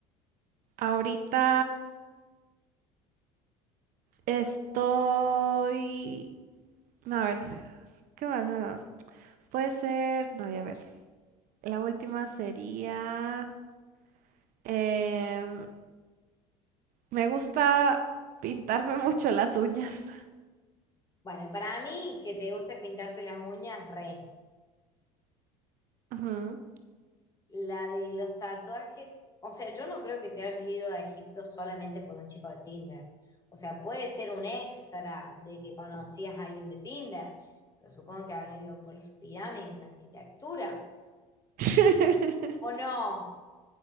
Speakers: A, on the right (about 60°); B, on the left (about 20°).
A: ahorita... Estoy... A ver, ¿qué más? Ah, Puede ser... No, ya a ver. La última sería... em, me gusta pintarme mucho las uñas.
B: Bueno, para mí, que te guste pintarte las uñas, re.
A: Ujú.
B: La de los tatuajes, o sea, yo no creo que te hayas ido a Egipto solamente por un chico de Tinder. O sea, puede ser un extra de que conocías a alguien de Tinder, pero supongo que habrán ido por las pirámides, la arquitectura.
A: <laughs>
B: O no.